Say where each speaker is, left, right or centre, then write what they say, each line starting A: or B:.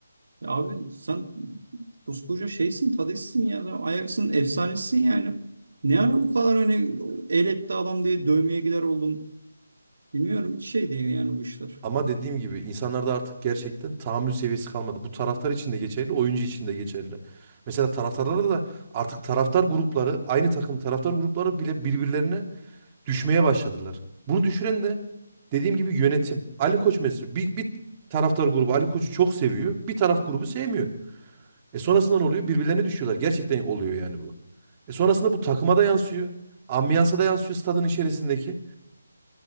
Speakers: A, on the right; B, on the right.
A: Ya abi sen koskoca şeysin Tadiç'sin ya. Sen Ajax'ın efsanesisin yani. Ne ara bu kadar hani el etti adam diye dövmeye gider oldun. Bilmiyorum hiç şey değil yani bu işler.
B: Ama dediğim gibi insanlarda artık gerçekten tahammül seviyesi kalmadı. Bu taraftar için de geçerli, oyuncu için de geçerli. Mesela taraftarlarda da artık taraftar grupları, aynı takım taraftar grupları bile birbirlerine düşmeye başladılar. Bunu düşüren de dediğim gibi yönetim. Ali Koç mesela bir, bir taraftar grubu Ali Koç'u çok seviyor. Bir taraf grubu sevmiyor. E sonrasında ne oluyor? Birbirlerine düşüyorlar. Gerçekten oluyor yani bu. E sonrasında bu takıma da yansıyor. Ambiyansa da yansıyor stadın içerisindeki.